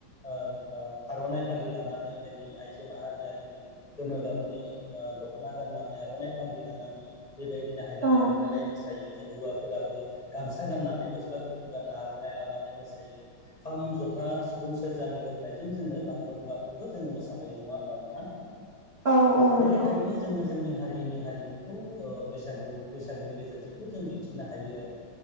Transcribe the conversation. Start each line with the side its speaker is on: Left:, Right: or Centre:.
Left: ओ ओ आर'नाइ फालि लानानै दिनै आइजो माहारिया दिनै नि गोमो गाबनि ओ दख'ना गाननानै आर'नाइ फालि लानानै बेबायदिनो हायलालाय
Right: औ
Left: हुयला लाय मोसायो जों हौवाफोराबो गामसा गाननानै गस स्ला गुफुर गानना आर'नाइ लानानै मोसायो खाम जथा सिफुं सेरजानि गोमनायजों जोङो बागुरुम रूमबाखौबो जोङो मोसाफायो नङा होमबा नोंथां
Right: औ औ
Left: बे
Right: नंगौ
Left: लेखायैनो जोङो जोंनि हारिनि हारिमु खौ ओ बैसागु बैसागोनि गेजेरजोंबो जों दिन्थिनो हायो आरो